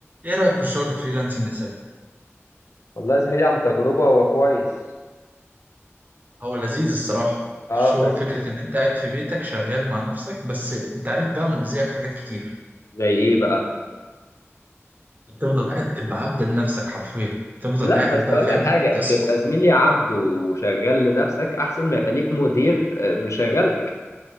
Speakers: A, on the right; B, on the left.
A: ايه رأيك في الشغل الفريلانسنج يا سيد؟
B: والله يا زميلي عن تجربة هو كويس
A: هو لذيذ الصراحة في
B: اه
A: الشغل
B: بس
A: فكرة
B: في...
A: ان انت قاعد في بيتك شغال مع نفسك بس انت عارف بقى مؤذية في حاجات كتير
B: زي ايه بقى
A: بتفضل قاعد بتبقى عبد لنفسك حرفيا بتفضل
B: لا
A: قاعد
B: بس
A: بقى
B: اقول
A: فاهم
B: لك حاجه
A: تسكت
B: تبقى زميلي عبد وشغال لنفسك احسن ما يبقى ليك مدير آه، مشغلك